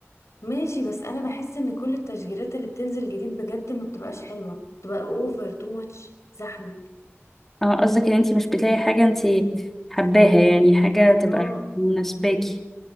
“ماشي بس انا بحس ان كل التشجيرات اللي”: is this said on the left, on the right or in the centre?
Left